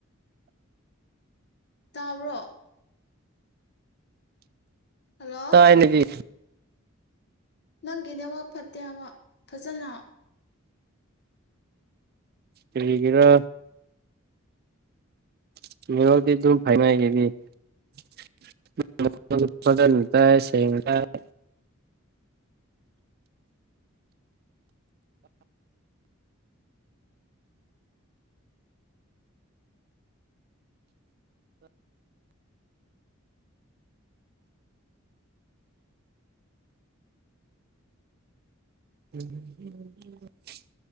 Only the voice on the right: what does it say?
ꯇꯥꯏꯅꯦꯍꯦ
ꯀꯔꯤꯒꯤꯔ <unintelligible> <unintelligible> <unintelligible>